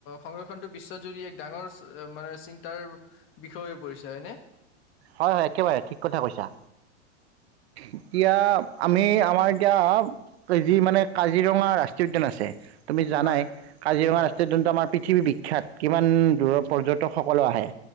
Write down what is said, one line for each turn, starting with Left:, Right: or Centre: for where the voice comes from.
Left: সংৰক্ষণটো বিশ্বত জুৰি এক ডাঙৰ মানে চিন্তাৰ বিষয় হৈ পৰিছে হয়নে?
Right: হয় হয় একেবাৰে ঠিক কথা কৈছা। এতিয়া আমি আমাৰ এতিয়া যি মানে কাজিৰঙা ৰাষ্ট্ৰীয় উদ্যান আছে, তুমি জানাই
Left: হয়
Right: কাজিৰঙা
Left: হয়
Right: ৰাষ্ট্ৰীয় উদ্যানটো আমাৰ, পৃথিৱী বিখ্যাত কিমান দূৰৰ পৰ্যটকসকলো আহে।